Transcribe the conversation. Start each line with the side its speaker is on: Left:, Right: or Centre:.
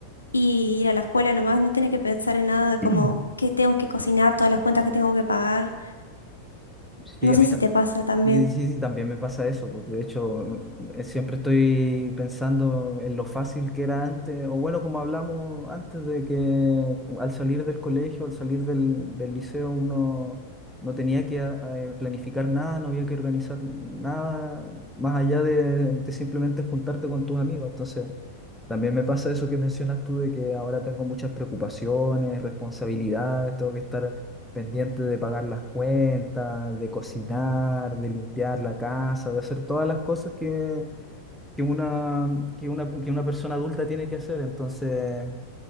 Left: y ir a la escuela nomás, no tener que pensar en nada como
Centre: <clears throat>
Left: que tengo que cocinar, todas las cuentas que tengo que pagar.
Centre: Sí,
Left: No
Centre: a
Left: sé
Centre: mí
Left: si te pasa también.
Centre: Sí, sí, sí, también me pasa eso. porque De hecho, eh, siempre estoy pensando en lo fácil que era antes, o bueno, como hablamos antes de que al salir del colegio, al salir del, del liceo, uno no tenía que ah, eh, planificar nada, no había que organizar nada más allá de, de simplemente juntarte con tus amigos. Entonces, también me pasa eso que mencionas tú de que ahora tengo muchas preocupaciones, responsabilidades, tengo que estar pendiente de pagar las cuentas, de cocinar, de limpiar la casa, de hacer todas las cosas que, que una, que una, que una persona adulta tiene que hacer. Entonces,